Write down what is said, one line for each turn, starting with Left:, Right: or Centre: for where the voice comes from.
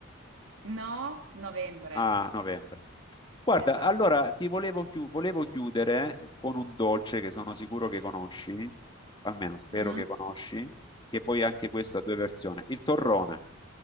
Right: No, novembre,
Left: a novembre. Guarda,
Right: esatto,
Left: allora
Right: novembre.
Left: ti volevo, chiu- volevo chiudere con un dolce che sono sicuro che conosci, almeno spero
Right: Mm?
Left: che conosci, che poi anche questo ha due versioni. Il torrone